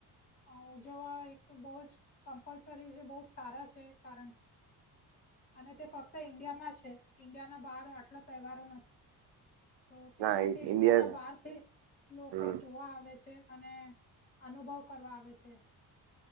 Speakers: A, on the left; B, on the right.
A: અ ઉજવવા એક બો જ કમ્પલસરી એ બો જ સારા છે કારણ કે- - અને તે ફક્ત ઈન્ડિયામાં છે ઇન્ડિયાના બહાર આટલા તહેવારો નથી. તો તે
B: ના
A: માટે ઈન્ડિયા
B: ઇન્ડિયા
A: ના બહારથી લોકો
B: હમ
A: જોવા આવે છે અને- - અનુભવ કરવા આવે છે.